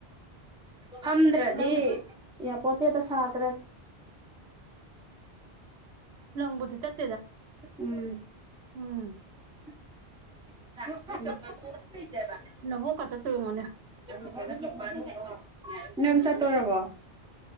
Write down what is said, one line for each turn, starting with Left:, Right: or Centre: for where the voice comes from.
Centre: ꯐꯝꯗ꯭ꯔꯗꯤ
Right: ꯂꯪ
Centre: ꯌꯥꯄꯣꯠꯇꯦꯗ ꯁꯥ <unintelligible>
Right: ꯂꯪ ꯕꯨꯗꯤ ꯇꯠ
Centre: ꯎꯝ
Right: ꯎꯝ
Centre: <unintelligible>
Right: ꯅꯕꯣꯛꯀ ꯆꯠꯇꯣꯏ ꯑꯣꯏꯔꯝꯒꯅꯤ
Centre: <unintelligible> ꯅꯪ ꯆꯠꯇꯣꯔꯕꯣ